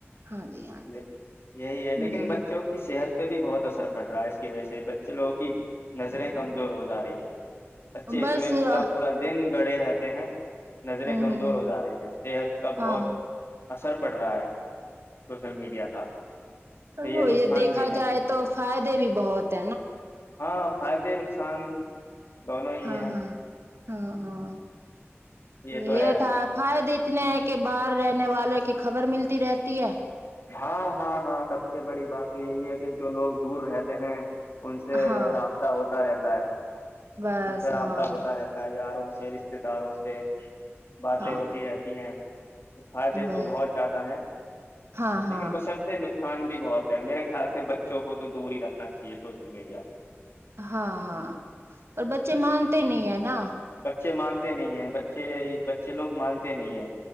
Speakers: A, on the right; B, on the left.
A: ہاں جی ہاں جی
B: یہی ہے لیکن
A: ہوں
B: بچوں کی صحت پہ بھی بہت اثر پڑ رہا ہے ویسے بچے لوگوں کی نظریں کمزور ہو جا رہی ہیں اچھا اس
A: بس
B: میں
A: ہوں
B: پورا پورا دن گڑے رہتے ہیں نظریں کمزور
A: ہوں
B: ہو جا رہی ہیں صحت کا
A: ہاں
B: بہت اثر پڑ رہا ہے سوشل میڈیا کا تو
A: وہ
B: نقصان
A: یہ دیکھا
B: بھی ہے
A: جائے تو فائدے بھی بہت <unintelligible>
B: ہاں ہاں فائدے نقصان دونوں ہی
A: ہاں
B: ہیں
A: ہاں ہاں ہاں
B: تو
A: یہ
B: ہے
A: تھا فائے د اتنے ہیں کہ باہر رہنے والوں کی خبر ملتی رہتی ہے
B: ہاں ہاں ہاں سب سے بڑی بات تو یہی ہے کہ جو لوگ دور رہتے ہیں ان سے
A: ہاں
B: رابطہ ہوتا رہتا سائ
A: بس
B: ان سے
A: ہاں
B: رابطہ ہوتا رہتا ہے یار جے رشتتے داروں سے باتیں
A: ہاں
B: ہوتی رہتی ہیں تو فائدے تو
A: بس
B: بہت زیادہ ہیں
A: ہاں
B: لیکن
A: ہاں
B: بشرتے ن نقصان بھی بہت ہے میرے خیال سے بچوں کو تو دور ہی رکھنا چاہیے سوشل میڈیا سے
A: ہاں ہاں پر بچے مانتے نہیں ہیں نا
B: بچے مانتے نہیں ہیں بچے بچے لوگ مانتے نہیں ہیں